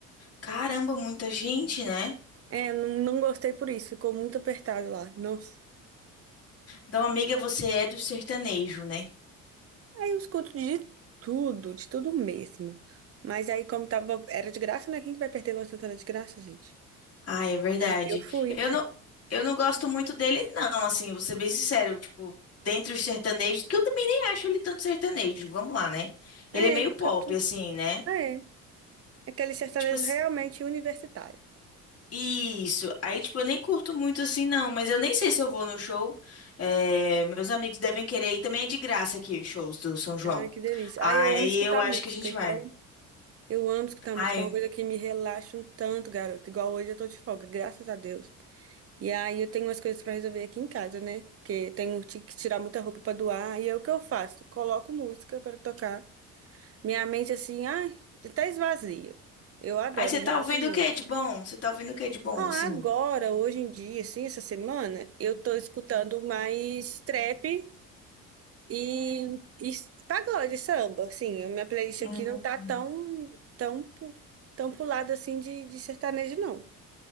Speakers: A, on the left; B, on the right.
A: Caramba, muita gente, né?
B: É, eu não, não gostei por isso, ficou muito apertado lá. Nossa.
A: Então, amiga, você é do sertanejo, né?
B: Aí eu escuto de tudo, de tudo mesmo. Mas aí, como tava, era de graça, né? Quem que vai perder Luan Santana de graça, gente?
A: Ah, é verdade.
B: Aí eu fui.
A: Eu não, eu não gosto muito dele, não, assim, eu vou ser bem sincero, tipo, dentre os sertanejos, que eu também nem acho ele tanto sertanejo, vamos lá, né? Ele
B: É,
A: é meio
B: ele
A: pop,
B: cantou.
A: assim, né?
B: É, aquele sertanejo
A: Tipo assim,
B: realmente universitário.
A: isso. Aí, tipo, eu nem curto muito assim, não. Mas eu nem sei se eu vou no show. É, meus amigos devem querer ir. Também é de graça aqui os shows do São João.
B: Ah, que delícia.
A: Aí
B: Ah, eu amo escutar
A: eu acho
B: música,
A: que a gente
B: então
A: vai.
B: eu amo escutar
A: Ai.
B: música, é uma coisa que me relaxa um tanto, garoto. Igual hoje eu tô de folga, graças a Deus. E aí eu tenho umas coisas pra resolver aqui em casa, né? Porque tenho ti- que tirar muita roupa pra doar, e aí o que eu faço? Coloco música pra tocar. Minha mente assim, ai, até esvazia. Eu adoro,
A: Aí você
B: me
A: tá
B: relaxa
A: ouvindo
B: muito.
A: o que de bom? Você tá ouvindo o que de bom,
B: Ah,
A: assim?
B: agora, hoje em dia, assim, essa semana, eu tô escutando mais trap E, e pagode, samba, assim, a minha playlist
A: Hum.
B: aqui não tá tão, tão, pu- tão pulada assim de, de sertanejo, não.